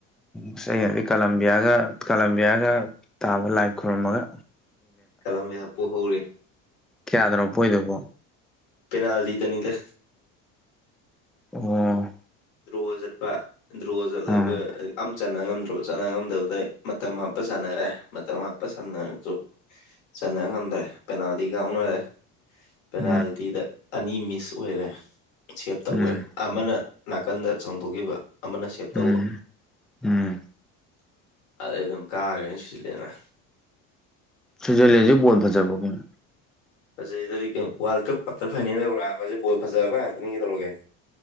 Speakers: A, in the centre; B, on the left.
A: ꯑꯁ ꯑꯩꯅꯗꯤ ꯀꯂꯝꯕꯤꯌꯥꯒ ꯀꯂꯝꯕꯤꯌꯥꯒ ꯇꯥꯕ ꯂꯥꯏ ꯈꯨꯔꯝꯃꯒ꯫
B: ꯀꯂꯥꯝꯕꯤꯌꯥ ꯄꯣꯍꯧꯔꯦ꯫
A: ꯀꯌꯥꯗꯅꯣ ꯄꯣꯏꯗꯨꯕꯣ꯫
B: ꯄꯦꯅꯥꯜꯇꯤꯗꯅꯤꯗ꯫
A: ꯑꯣ꯫
B: ꯗ꯭ꯔꯣꯆꯠꯄ ꯗ꯭ꯔꯣꯆꯠꯂꯕ
A: ꯎꯝ
B: ꯑꯝ꯫ ꯆꯠꯅ ꯉꯝꯗ꯭ꯔꯣ ꯆꯠꯅ ꯉꯝꯗꯕꯗꯩ ꯃꯇꯝ ꯍꯥꯞꯄ ꯁꯥꯟꯅꯔꯦ ꯃꯇꯝ ꯍꯥꯞꯄ ꯁꯥꯟꯅꯔꯁꯨ꯫ ꯆꯟꯅ ꯉꯝꯗ꯭ꯔꯦ ꯄꯦꯅꯥꯜꯇꯤ ꯀꯥꯎꯅꯔꯦ ꯄꯦꯅꯥꯜꯇꯤꯗ꯫
A: ꯎꯝ
B: ꯑꯅꯤ ꯃꯤꯁ ꯑꯣꯏꯔꯦ ꯁꯦꯞ ꯇꯧꯈꯦ
A: ꯎꯝ
B: ꯑꯃꯅ ꯅꯥꯀꯟꯗ ꯆꯣꯡꯊꯣꯛꯈꯤꯕ꯫ ꯑꯃꯅ ꯁꯦꯞ
A: ꯎꯝ
B: ꯇꯧꯕ
A: ꯎꯝ ꯎꯝ
B: ꯑꯗꯩ ꯑꯗꯨꯝ ꯀꯥꯈ꯭ꯔꯦꯅ ꯁꯨꯏꯖꯥꯔꯂꯦꯟꯅ꯫
A: ꯁꯨꯏꯖꯔꯂꯦꯟ ꯍꯧꯖꯤꯛ ꯕꯣꯜ ꯐꯥꯖꯕꯔꯣ ꯀꯩꯅꯣ꯫
B: ꯐꯖꯩꯗꯗꯤ ꯋꯥꯔꯜ ꯀꯞ ꯀ꯭ꯋꯥꯇꯔ ꯐꯥꯏꯅꯦꯜ ꯌꯧꯔꯛꯑꯕꯁꯤ ꯕꯣꯜ ꯐꯖꯕ ꯉꯥꯛꯇꯅꯤ ꯀꯩꯇꯧꯔꯒꯦ꯫